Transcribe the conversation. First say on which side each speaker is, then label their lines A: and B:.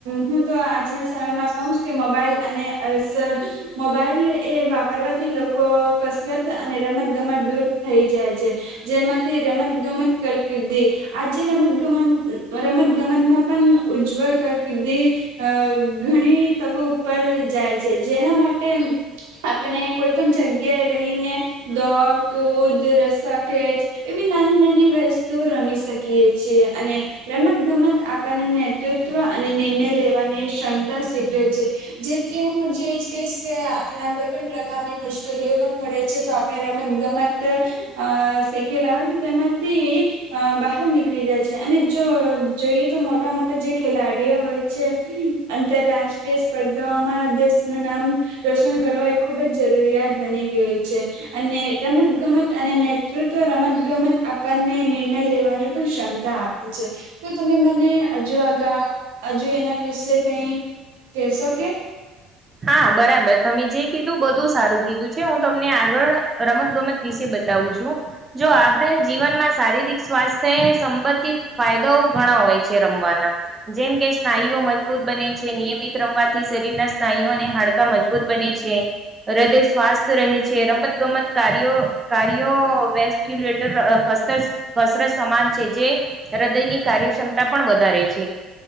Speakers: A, on the right; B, on the right.
A: હું તો આજના સમયમાં કહું છ કે મોબાઈલ અને અ સર મોબાઈલ એ વાપરવાથી લોકો કસરત અને રમત ગમત દૂર થઈ જાય છે જેમાંથી રમત ગમત કારકિર્દી આજે રમતગમત રમત ગમતમાં પણ ઉજ્જવલ કકિર્દી ઘણી તકો ઉપર જાય છે જેના માટે માટે આપણે કોઈ પણ જગ્યાએ રહીને દ કોદ રસક એવી નાની નાની વસ્તુ રમી શકીએીએ અને રમત ગમત નેતૃત્વ અને નિર્ણય લેવાની ક્ષમતા સીગવે છે જેથી હું જે કે આપણે કોઈ પણ પ્રકારની મુશ્કેલીઓમાં મળે છે તો આપણે રમત ગમત શીખેલા હોય તો તેમાંથી બહાર નીકળી જાય છે અને જો જોઈએ તો મો મોટા મોટા જે ખેલાડીઓ હોય છે આંતરરાષ્ટ્રીય સ્પર્ધાઓમાં દેશનું નામ રોશન કર એ ખૂબ જ જરૂરિયાત બની ગયું છે અને રમત ગમત અને નેતૃત્વ રમત ગમત આપવાને નિર્ણય લેવાની પણ ક્ષમતા આપે છે તો તમે મને હજુ આગા હજુ એના વિશે કઈ કશો કે
B: હા બરાબર તમે જે કીધું બધું સારું કીધું છે હું તમને આગળ રમત ગમત વિશે બતાવું છું જો આપણે જીવનમાં શારીરિક સ્ સ્ સંબંધિત ફાયદાઓ ઘણા હોય છે રમવાના જેમ કે સ્નાયુઓ મજબૂત બ છે નિયમિત રમવાથી શરીરના સ્નાયુઓ અને હાડકા મજબૂત બને છે હૃદય સ્વાસ્થ રહે છે રમત ગમત કાર્યો કાર્યો વેસ્ક્યુલેટર રત સમાન છે જે હૃદયની કાર્યક્ષમતા પણ વધારે છે